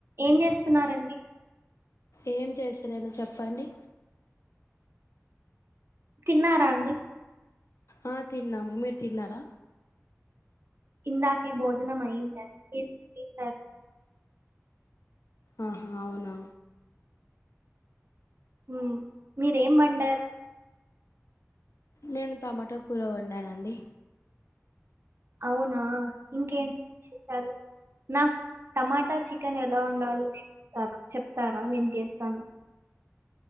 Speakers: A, on the right; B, on the left.
A: ఏం చేస్తున్నారండి?
B: ఏం చేస్తలేను చెప్పండి.
A: తిన్నారా అండి.
B: ఆ తిన్నాము మీరు తిన్నారా.
A: ఇందాకే భోజనం అయ్యిందండి ఇ ఈ సారి.
B: ఆహా అవునా.
A: ఉ మీరేం వండారు.
B: నేను టమాటా కూర వండానండి.
A: అవునా ఇంకేం చేసారు. నాకు టమాటా చికెన్ ఎలా వండాలి నేర్పిస్తారా చెప్తారా. నేను చేస్తాను